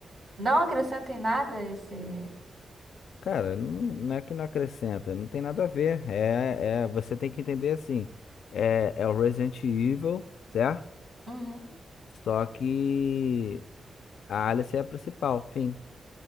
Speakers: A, on the right (about 50°); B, on the left (about 80°).
A: Não acrescenta em nada esse.
B: Cara, não, não é que não acrescenta, não tem nada a ver. É, é, você tem que entender assim. É, é o Resident Evil, certo?
A: Uhum.
B: Só que a Alice é a principal, fim.